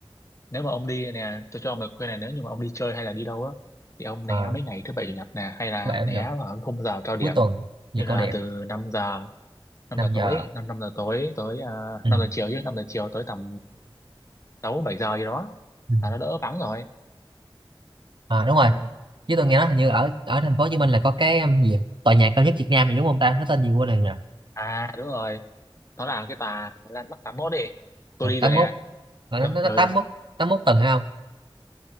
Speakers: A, on the left (about 35°); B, on the right (about 60°).
A: nếu mà ông đi nè tôi cho ông lời khuyên này nếu như mà ông đi chơi hay là đi đâu á thì ông né
B: à
A: mấy ngày thứ bảy chủ nhật nè hay là
B: vậy ở
A: né
B: Nhật
A: vào cái khung giờ cao điểm
B: cuối tuần giờ
A: như là
B: cao điểm
A: từ năm giờ năm
B: 5
A: giờ tối
B: giờ
A: 5 5 giờ tối tới uh,
B: ừ.
A: 5 giờ chiều chứ 5 giờ chiều tới tầm 6 7 giờ gì đó
B: ừ.
A: là nó đỡ vắng rồi
B: à đúng rồi
A: ừ.
B: chứ tôi nghe nói hình như ở ở thành phố Hồ Chí Minh là có cái um, gì tòa nhà cao nhất Việt Nam gì đúng không ta nó tên gì quên rồi nhỉ
A: à đúng rồi nó là cái tà Lan Bắc tám mốt đi tôi đi
B: tám
A: rồi nè
B: mốt Là nó
A: tôi,
B: nó nó
A: ờ
B: tám mốt tám mốt tầng hay không